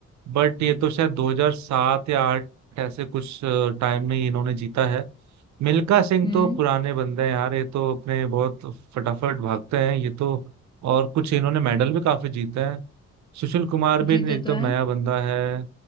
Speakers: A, on the right; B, on the left.
A: बट ये तो शायद 2007 या 8 ऐसे कुछ टाइम में ही इन्होंने जीता है मिल्खा सिंह
B: हम्म
A: तो पुराने बंदे हैं यार ये तो अपने बहुत फटाफट भागते हैं ये तो और कुछ इन्होंने मेडल भी काफी जीते हैं सुशील कुमार भी
B: जीते
A: एकदम
B: तो है
A: नया बंदा है